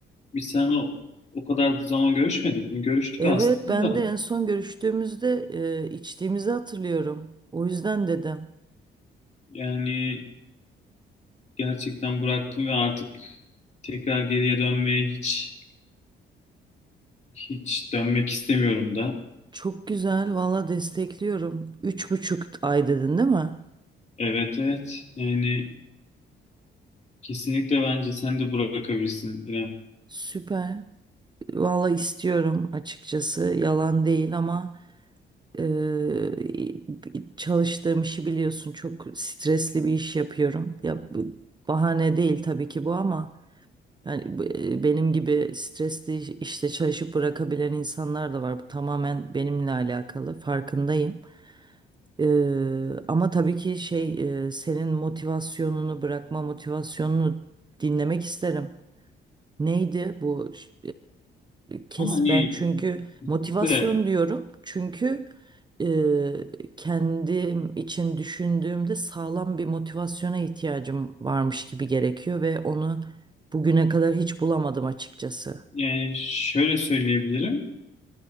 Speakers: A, on the left (about 35°); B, on the right (about 20°).
A: biz seninle o, o kadar zaman görüşmedik mi? Görüştük
B: Evet
A: aslında
B: ben
A: da.
B: de en son görüştüğümüzde e, içtiğimizi hatırlıyorum. O yüzden dedim.
A: Yani gerçekten bıraktım ve artık tekrar geriye dönmeye hiç hiç dönmek istemiyorum da.
B: Çok güzel valla destekliyorum. Üç buçuk ay dedin değil mi?
A: Evet evet. Yani Kesinlikle bence sen de bırakabilirsin İrem.
B: Süper. Valla istiyorum açıkçası yalan değil ama e, çalıştığım işi biliyorsun çok stresli bir iş yapıyorum. Ya bu bahane değil tabii ki bu ama yani bu- e, benim gibi stresli işte çalışıp bırakabilen insanlar da var. Bu tamamen benimle alakalı farkındayım. E, ama tabii ki şey e, senin motivasyonunu bırakma motivasyonunu dinlemek isterim. Neydi bu ş- kes
A: Ama hani
B: ben çünkü motivasyon
A: kesinlikle
B: diyorum çünkü eee, kendim için düşündüğümde sağlam bir motivasyona ihtiyacım varmış gibi gerekiyor ve onu bugüne kadar hiç bulamadım açıkçası.
A: yani şöyle söyleyebilirim.